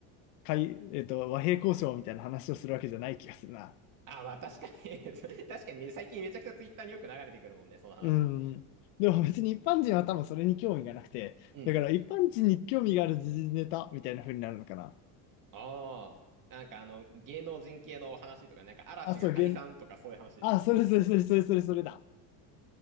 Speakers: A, on the left; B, on the right.
A: 会、えっと、和平交渉みたいな話をするわけじゃない気がするな。
B: あ、まあ確かに <laughs> 確かにね、最近めちゃくちゃツイッターによく流れてくるもんね、その話。
A: うん。でも別に一般人は多分それに興味がなくて、
B: うん。
A: だから一般人に興味がある時事ネタみたいな風になるのかな。
B: ああ。なんかあの、芸能人系の話とか、なんか嵐が解散とかそういう話でしょ。
A: あ、そう、げん、あ、それそれそれそれそれそれだ。